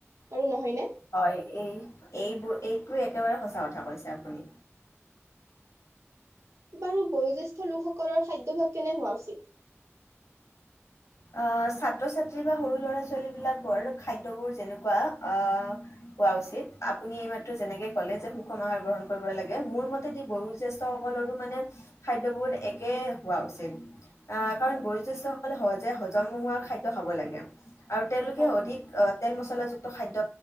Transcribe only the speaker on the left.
হয় এই এইবোৰ এইটোয়ে একেবাৰে সঁচা কথা কৈছে আপুনি।
আহ ছাত্ৰ ছাত্ৰী বা সৰু ল'ৰা ছোৱালী বিলাকৰ খাদ্যবোৰ যেনেকুৱা আহ হোৱা উচিত আপুনি এইমাত্ৰ যেনেকে কলে যে সুষম আহাৰ গ্ৰহণ কৰিব লাগে মোৰ মতেদি বয়োজ্যেষ্ঠ সকলৰো মানে খাদ্যবোৰ একে হোৱা উচিত। আহ কাৰণ
বয়োজ্যেষ্ঠ। সকলে সজে হজম হোৱা খাদ্য খাব লাগে। আৰু তেওঁলোকে
অধিক তেল, মছলা যোগ। খাদ্য